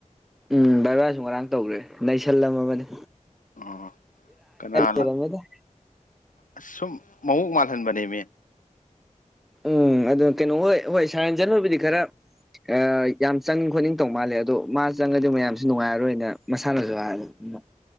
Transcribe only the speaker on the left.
ꯑꯣ ꯀꯅꯥ
ꯂꯥꯛ ꯁꯨꯝ ꯃꯑꯣꯡ ꯃꯥꯜꯍꯟꯕꯅꯦꯃꯤ